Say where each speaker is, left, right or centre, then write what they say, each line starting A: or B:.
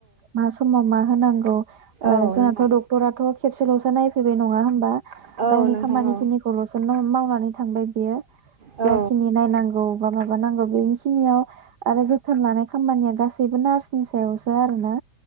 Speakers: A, on the right; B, on the right.
A: मा समाव मा होनांगौ ओ
B: औ
A: जाहाथ
B: नोंथां
A: डक्टरा खेबसेलसो नायफैबाय नङा होमबा
B: औ
A: गावनि
B: नोंथां
A: खामानि
B: औ
A: खिनिखौलसो नं मावनानै थांबाय बियो।
B: औ
A: जाखिनि नायनांगौ बा माबानांगौ बेखिनियाव। आरो जोथोन लानाय खामानिया गासैबो नार्सनि सायावसो आरो ना।